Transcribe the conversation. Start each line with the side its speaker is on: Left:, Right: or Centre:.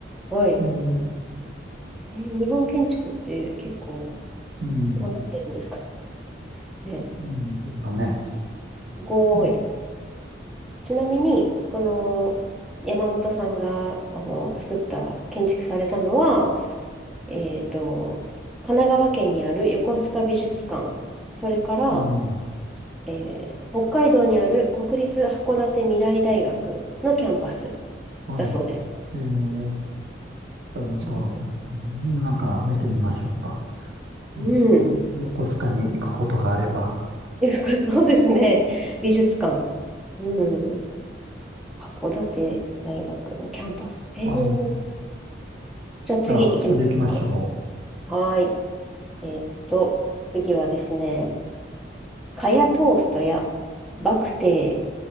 Centre: はい。
Right: えー、
Centre: えー日本建築って結構
Right: うん、
Centre: 頑張ってるんですかね。
Right: うん、ですかね。
Centre: すごい。
Right: え
Centre: ちなみに、この山本さんがあの作った、建築されたのは、えっと、神奈川県にある横須賀美術館、それから、
Right: うん、
Centre: えー北海道にある国立函館未来大学のキャンパス
Right: はい。
Centre: だそうです。
Right: えー、じゃあまた、
Centre: うん
Right: うんなんか見てみましょうか。ねね横須賀に行くことがあれば。
Centre: うん。横そうですね。美術館。うん。函館大学のキャンパス。へえ。
Right: はい。じ
Centre: じゃあ次行きますか。
Right: ゃあ、次行きましょ
Centre: はーい。えーっと、次はですね、カヤトーストやバクテ